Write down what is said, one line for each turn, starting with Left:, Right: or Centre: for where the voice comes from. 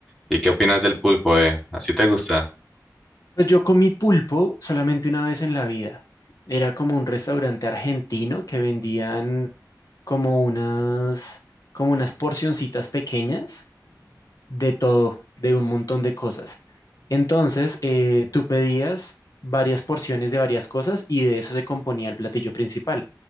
Centre: ¿Y qué opinas del pulpo, eh? ¿Así te gusta?
Left: Pues yo comí pulpo solamente una vez en la vida. Era como un restaurante argentino que vendían como unas como unas porcioncitas pequeñas de todo, de un montón de cosas. Entonces, eh, tú pedías varias porciones de varias cosas y de eso se componía el platillo principal.